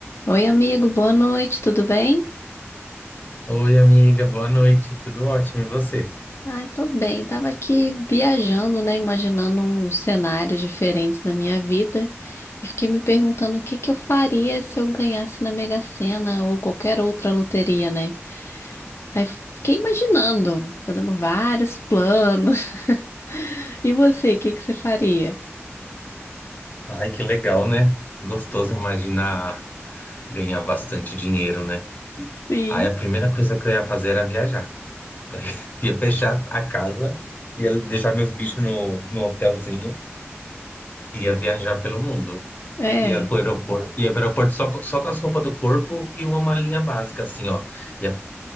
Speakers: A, on the left; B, on the left.
A: Oi, amigo, boa noite, tudo bem?
B: Oi, amiga, boa noite, tudo ótimo, e você?
A: Ai, tô bem. Tava aqui viajando, né? Imaginando uns cenários diferentes da minha vida e fiquei me perguntando o que que eu faria se eu ganhasse na Mega Sena ou qualquer outra loteria, né? Aí fiquei imaginando, fazendo vários planos. <laughs> E você, o que que você faria?
B: Ai, que legal, né? Gostoso imaginar ganhar bastante dinheiro, né?
A: Sim.
B: Ai, a primeira coisa que eu ia fazer era viajar. <laughs> Ia fechar a casa, ia deixar meus bichos no, no hotelzinho, ia viajar pelo mundo.
A: É,
B: Ia pro aeroporto, ia pro aeroporto só, co- só com as roupas do corpo e uma malinha básica, assim, ó. Ia